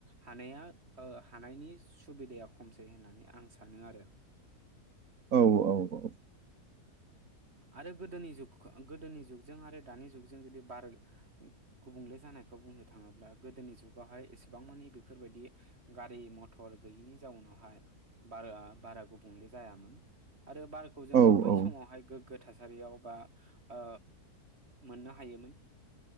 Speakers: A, on the right; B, on the right.
A: हानाया हानायनि सुबिदाया खमसै होननानै आं सानो आरो।
B: औ औ औ
A: आरो गोदोनि जुग ओ गोदोनि जुगजों आरो दानि जुगजों जुदि बार गुबुंले जानायखौ बुंनो थाङोब्ला गोदोनि जुगावहाय एसेबां मानि बेफोरबायदि गारि मथर गैयिनि जाउनावहाय बारआ बारा गुबुंले जायामोन आरो बार खौ जोङो
B: औ
A: बै
B: औ
A: समावहाय गोग्गो थासारियाव बा ओ मोननो हायोमोन।